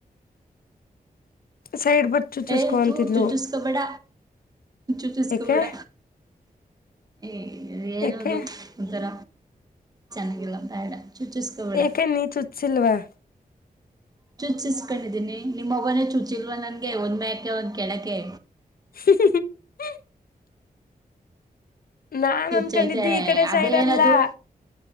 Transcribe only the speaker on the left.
ಸೈಡ್ ಬಟ್ ಚುಚ್ಚಿಸ್ಕೊ
ಅಂತಿದ್ಲು
ಯಾಕೆ
ಯಾಕೆ
ಏಕ ನೀ ಚುಚ್ಸಿಲ್ವ.
<inaudible> ನಾನ್
ಅನ್ಕೊಂಡಿದ್ದು ಈ
ಕಡೆ
ಸೈಡ್ ಅಲ್ಲ